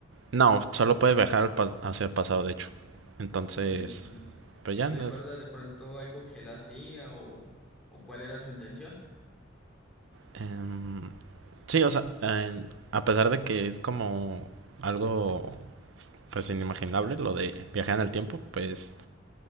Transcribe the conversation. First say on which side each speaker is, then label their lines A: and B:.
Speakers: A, on the right; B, in the centre.
A: no, solo puede viajar al pa- hacia el pasado, de hecho. Entonces,
B: Listo, listo.
A: pues
B: ¿Y
A: ya,
B: recuerdas
A: nos-
B: de pronto algo que él hacía o, o cuál era su intención?
A: Em, sí, o sea, en- a pesar de que es como algo pues inimaginable lo de viajar en el tiempo, pues